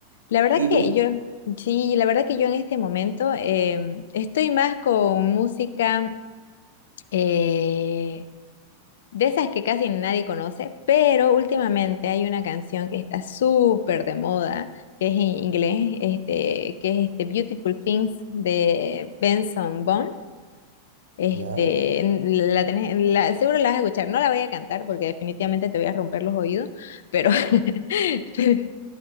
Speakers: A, on the left (about 60°); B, on the right (about 70°).
A: La verdad
B: ¿Y
A: que
B: tú?
A: yo, sí, la verdad que yo en este momento em, estoy más con música eh, de esas que casi nadie conoce, pero últimamente hay una canción que está súper de moda, que es en inglés, este, que es este Beautiful Things de Benson Boone. Este,
B: Ya,
A: n- la tenés, la- seguro la vas a escuchar. No la voy a cantar porque definitivamente te voy a romper los oídos, pero, <laughs> <laughs>